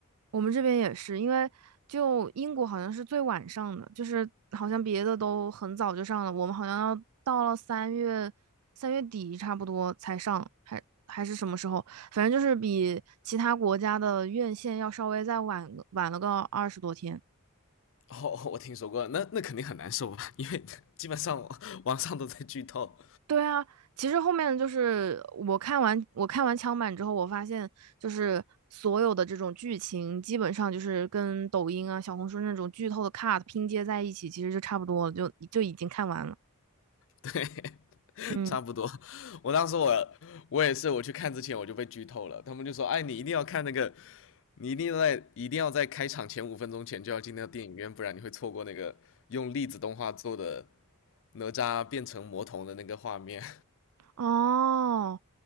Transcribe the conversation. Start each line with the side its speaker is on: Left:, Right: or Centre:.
Right: 我们这边也是，因为就英国好像是最晚上的，就是好像别的都很早就上了，我们好像要到了三月三月底差不多才上，还还是什么时候？反正就是比其他国家的院线要稍微再晚晚了个二十多天。
Left: 哦，我听说过，那那肯定很难受吧？因为 <laughs> 基本上网网上都在剧透，
Right: 对啊，其实后面就是我看完我看完枪版之后，我发现就是所有的这种剧情，基本上就是跟抖音啊、小红书那种剧透的 cut 拼接在一起，其实就差不多了，就就已经看完了。
Left: 对，<laughs>
Right: 嗯，
Left: 差不多。我当时我我也是，我去看之前我就被剧透了，他们就说：“哎，你一定要看那个，你一定要在一定要在开场前五分钟前就要进那个电影院，不然你会错过那个用粒子动画做的哪吒变成魔童的那个画面。”
Right: 哦，